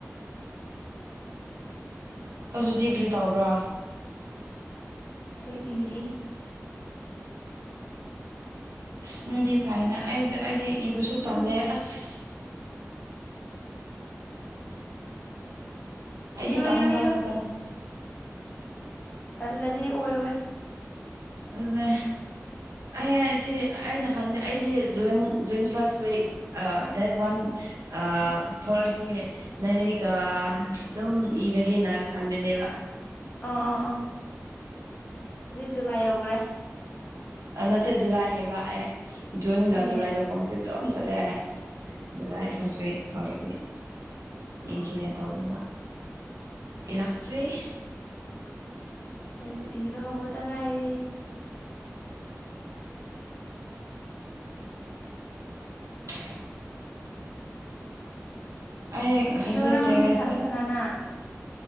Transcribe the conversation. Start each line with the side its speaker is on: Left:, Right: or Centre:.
Right: ꯍꯧꯖꯤꯛꯇꯤ ꯀꯔꯤ ꯇꯧꯕ꯭ꯔꯥ
Left: ꯑꯩ ꯏꯔꯤ
Right: ꯑꯁ ꯅꯣꯏꯗꯤ ꯐꯥꯏꯅꯦ ꯑꯩ ꯑꯩꯗꯤ ꯏꯕꯁꯨ
Left: ꯎꯝ
Right: ꯇꯜꯂꯦ ꯑꯁ ꯑꯗꯤ
Left: ꯏꯌꯨ
Right: ꯇꯥꯟꯕ
Left: ꯏꯌꯨ ꯏꯌꯨ
Right: ꯈꯠꯇꯥꯅꯦ
Left: ꯇꯜꯂꯗꯤ ꯑꯣꯏꯔꯣꯏ
Right: ꯑꯗꯨꯅꯦ ꯑꯩ ꯁꯤ ꯑꯩꯅ ꯈꯪꯗꯦ ꯑꯩꯗꯤ ꯖꫭꯏꯟ ꯖꫭꯏꯟ ꯐꯥꯔꯁ ꯋꯤꯛ ꯑꯥ ꯗꯦꯠ ꯋꯥꯟ ꯑꯥ ꯊꫭꯔꯛ ꯑꯗꯤ ꯂꯥꯏꯔꯩꯒ ꯑꯗꯨꯝ ꯏꯔꯒꯦꯅ ꯈꯟꯕꯅꯦꯕ
Left: ꯑꯥ ꯑꯥ ꯑꯥ ꯍꯧꯖꯤꯛ ꯖꯨꯂꯥꯏ ꯌꯧꯈ꯭ꯔꯦ
Right: ꯅꯠꯇꯦ ꯖꯨꯂꯥꯏ ꯍꯩꯕꯑ ꯖꯨꯟꯒ
Left: ꯍꯣꯏꯅꯦ
Right: ꯖꯨꯂꯥꯏꯗ ꯀꯣꯡꯐ꯭ꯌꯨꯁ ꯑꯗꯨꯝ ꯆꯠꯂꯦ ꯖꯨꯂꯥꯏ ꯐꯁ ꯋꯤꯛ ꯐꯥꯎꯔꯗꯤ ꯏꯒꯦꯅ ꯇꯧꯕꯅꯦꯕꯥ ꯏꯂꯥꯛꯇꯔꯤ
Left: ꯑꯩꯁꯨ ꯏꯕ ꯍꯧꯕꯇ ꯉꯥꯏꯔ
Right: <inaudible> ꯑꯩ
Left: ꯏꯌꯣ ꯅꯪ
Right: ꯇꯦꯔꯦꯁꯇ
Left: ꯍꯧꯖꯤꯛ ꯁꯥꯟꯅꯁꯥꯟꯅꯅ